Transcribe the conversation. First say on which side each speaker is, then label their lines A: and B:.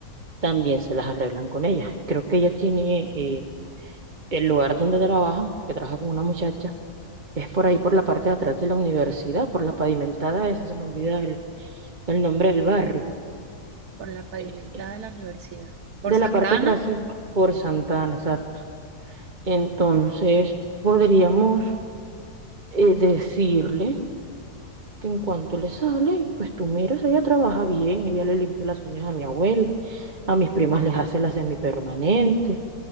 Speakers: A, on the right; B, on the right.
A: también se las arreglan con ella. Creo que ella tiene eh, el lugar donde trabaja, porque trabaja con una muchacha, es por ahí, por la parte de atrás de la universidad, por la pavimentada esa, se me olvida el, el nombre del barrio.
B: por la pavimentada
A: eh,
B: de la universidad. Por
A: De
B: Santana.
A: la parte de atrás es por Santana, exacto. Entonces, podríamos eh, decirle que en cuanto le sale, pues tú miras, ella trabaja bien, ella le limpia las uñas a mi abuela, a mis primas les hace las semipermanentes